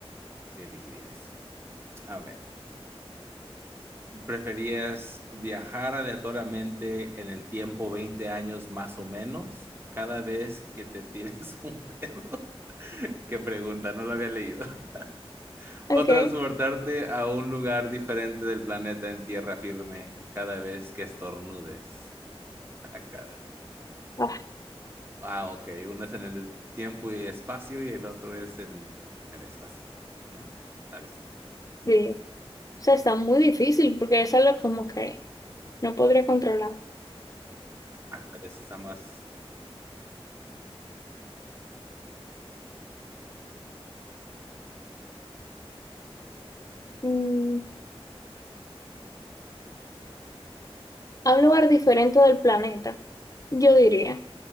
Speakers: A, on the right; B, on the left.
A: sí elegiría eso. A ver, ¿preferías viajar aleatoriamente en el tiempo 20 años más o menos cada vez que te tires <laughs> un pedo? <laughs> Qué pregunta, no lo había leído. <laughs>
B: ok.
A: O transportarte a un lugar diferente del planeta en tierra firme cada vez que estornudes. <laughs> Ah, caray.
B: Ah,
A: Ah, ok. Uno es en el tiempo y espacio y el otro es en, el espacio, ¿no? Algo así.
B: sí. O sea, está muy difícil porque es algo como que no podría controlar.
A: Ah, no, está más...
B: Mm, a un lugar diferente del planeta, yo diría.